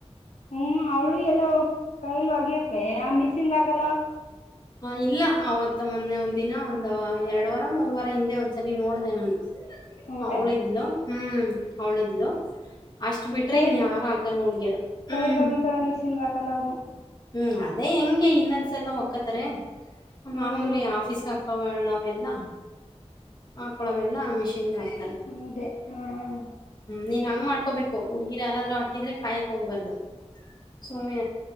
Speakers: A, on the left (about 85°); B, on the left (about 40°).
A: ಹ್ಮ್ ಅವಳು ಎಲ್ಲೊ ಕೈಲಿ ಹೋಗಿಯಾಕ್ಕಿ ಆ ಮಿಸಿನ್ ಹಾಕ್ <unintelligible>
B: ಹ ಇಲ್ಲ ಅವತ್ತ ಮೊನ್ನೆ ಒಂದ್ ದಿನ ಒಂದ ಎರಡ್ ವಾರ ಮೂರ್ ವಾರ ಹಿಂದೆ ಒಂದ್ ಸಲಿ ನೋಡ್ಡೆ ನಾನು <unintelligible>
A: ಹೌದಾ
B: ಅವಳಿದ್ಲು ಹ್ಮ್ ಅವಳಿದ್ಲು ಅಷ್ಟ್ ಬಿಟ್ರೆ
A: ಕೈ
B: ಇನ್ ಯಾರ್ ಹಾಗಲ್ಲ ಹುಡ್ಗಿಯರು ಹ್ಮ್
A: ಕೈಯಲ್ಲಿ ಒಗಿತಾಳ <unintelligible>
B: ಹ್ಮ್ ಅದೇ ಹೆಂಗೆ ಇನ್ನರ್ಸ ಎಲ್ಲ ಒಕ್ಕತ್ತರೆ
A: ಹ್ಮ್
B: ಮಾಮೂಲಿ ಆಫೀಸ್ಗಾಕ್ ಹೋಗಣ ನಾವೆಲ್ಲ ಹಾಕೊಳವಿಲ್ಲ ಆ ಮಿಷಿನ್ ಗಾಕ್
A: ಹ್ಮದೇ ಹ್ಮ್
B: ನೀನ್ ಹಂಗ್ ಮಾಡ್ಕೋಬೇಕು, ಹುಡ್ಗಿರ ಯಾರಾದ್ರೂ ಹಾಕಿದ್ರೆ ಕಾಯಕ್ ಹೋಗ್ಬಾರ್ದು. ಸುಮ್ನೆ